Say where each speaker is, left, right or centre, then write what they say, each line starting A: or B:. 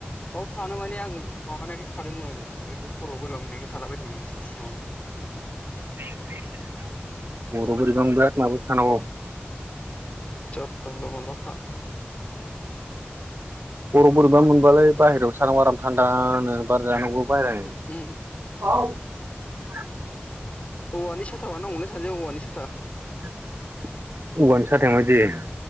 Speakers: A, on the left; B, on the right.
A: बाव थानो माने आं माबानायखाय थादोंमोन बेबो खरआव बोरैबा मोननायखाय थाला बदोंमोन आं एसे सिङावनो।
B: खर'आव बोरैबा मोनबाय आंनाबो थानांगौ।
A: जानला मोनलाखा
B: खर'आव बोरैबा मोनबालाय बाहेरावसो थानांगौ आराम थान्दा नो बार जानांगौ। बाराय
A: उम उम
B: <unintelligible>
A: औवानि साथा बानायनांगौलै सानैजों औवानि साथा
B: औवानि साथाया माबायदि जायो?